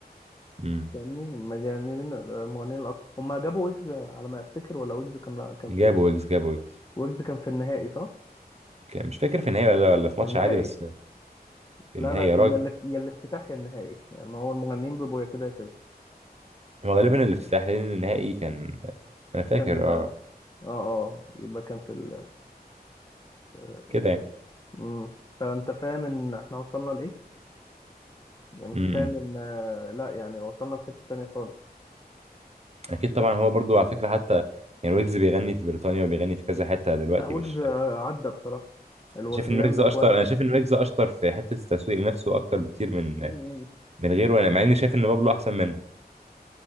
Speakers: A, on the right (about 40°); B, on the left (about 25°).
A: مم،
B: فاهمني مجانبين المغنيين الأقوى هم جابوا ويجز على ما أفتكر ولا ويجز كان كان
A: جابوا
B: فين
A: ويجز جابوا ويجز
B: ويجز كان في النهائي صح؟
A: كان- مش فاكر في النهايه ولا ولا في ماتش
B: في النهائي
A: عادي بس في
B: لا
A: النهايه
B: لا
A: يا راجل
B: يا اللي يا الافتتاح يا النهائي يعني ما هو المغنيين بيبقوا يا كده يا كده
A: هو غالبا الافتتاح لان النهائي كان انا فاكر
B: كان
A: اه
B: اه اه يبقى كان في ال آه،
A: كده يعني
B: مم. فانت فاهم ان احنا وصلنا لايه يعني متخيل
A: امم
B: ان آه، لا يعني وصلنا في حتة تانية خالص
A: اكيد
B: بس
A: طبعا هو برضو على فكره حتى يعني ويجز بيغني في بريطانيا وبيغني في كذا حته دلوقتي
B: لا ويجز
A: مش
B: آه، عدى بصراحة الورديان
A: شايف ان ويجز
B: بتودي
A: اشطر انا شايف ان ويجز اشطر في حته التسويق لنفسه اكتر بكتير من
B: مم.
A: من غيره انا مع اني شايف ان بابلو احسن منه